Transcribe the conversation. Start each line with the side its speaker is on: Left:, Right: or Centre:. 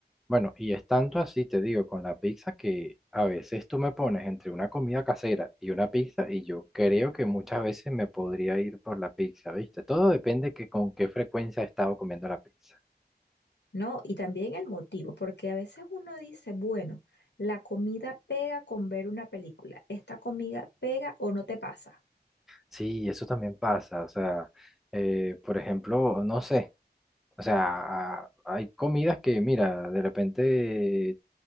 Centre: Bueno, y es tanto así, te digo, con la pizza que a veces tú me pones entre una comida casera y una pizza y yo creo que muchas veces me podría ir por la pizza, ¿viste? Todo depende que con qué frecuencia he estado comiendo la pizza.
Left: No, y también el motivo, porque a veces uno dice, bueno, la comida pega con ver una película, esta comida pega o no te pasa.
Centre: Sí, eso también pasa, o sea, eh, por ejemplo, no sé, o sea, hay comidas que, mira, de repente, eh,